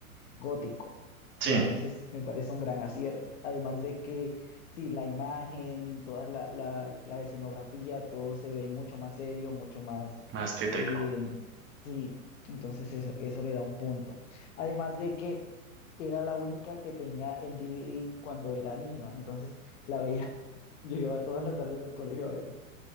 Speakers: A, on the left; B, on the right.
A: gótico.
B: sí,
A: Entonces me parece un gran acierto. Además de que, sí, la imagen, toda la, la- la escenografía, todo se ve mucho más serio, mucho más...
B: más tétrico.
A: eh, sí, entonces eso, eso le da un punto. Además de que era la única que tenía el DVD cuando era niño, entonces la veía, <laughs> llegaba todas las tardes del colegio a ver.